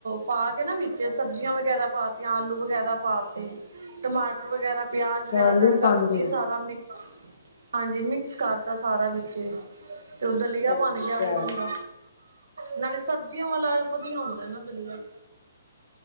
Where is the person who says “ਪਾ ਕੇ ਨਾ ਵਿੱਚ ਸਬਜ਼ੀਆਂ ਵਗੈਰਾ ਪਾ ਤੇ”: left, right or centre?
Right